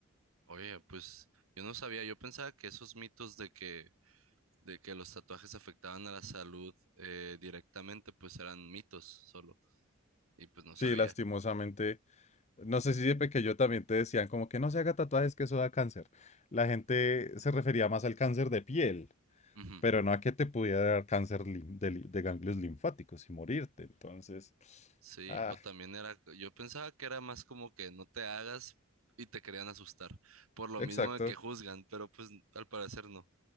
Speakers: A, on the right; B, on the left.
A: Oye, pues yo no sabía, yo pensaba que esos mitos de que, de que los tatuajes afectaban a la salud eh, directamente, pues eran mitos solo. Y pues no
B: Sí,
A: sabía.
B: lastimosamente. No sé si de pequeño también te decían como que no se haga tatuajes que eso da cáncer. La gente se refería más al cáncer de piel.
A: Ujú.
B: pero no a que te pudiera dar cáncer lim- de, li- de ganglios linfáticos y morirte. Entonces,
A: Sí,
B: ah,
A: o también era, yo pensaba que era más como que no te hagas y te querían asustar, por lo
B: exacto.
A: mismo de que juzgan, pero pues al parecer no.